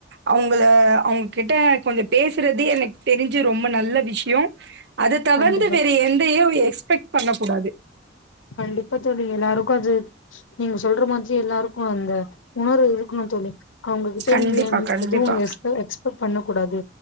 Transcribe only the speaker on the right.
அவங்கள அவங்க கிட்ட கொஞ்சோ பேசுறதே எனக் தெரிஞ்சு ரொம்ப நல்ல விஷ்யோ அத தவர்ந்து
வேற எந்தயையு எக்ஸ்பெக்ட் பண்ண கூடாது
கண்டிப்பா,
கண்டிப்பா.